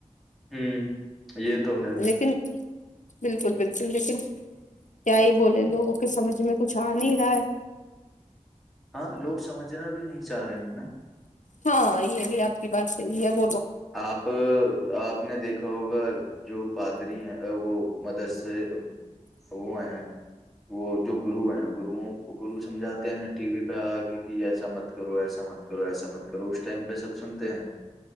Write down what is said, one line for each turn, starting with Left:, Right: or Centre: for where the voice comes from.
Centre: ہوں یہ تو ہے
Left: لیکن بالکل بالکل لیکن کیا ہی بولے لوگوں کے سمجھ میں کچھ آ نہیں رہا ہے
Centre: ہاں لوگ سمجھنا بھی نہیں چاہ رہے ہیں نا
Left: ہاں یہ بھی آپ کی بات ہے یہ ب
Centre: آپ آپ نے دیکھا ہوگا جو پادری ہیں وہ مدرسے وہ ہیں وہ جو گرو ہیں گرو کو گرو سمجھاتے ہیں ٹی وی پہ آگ کہ ایسا مت کرو ایسا مت کرو ایسا مت کرو اس ٹائم پہ سب سنتے ہیں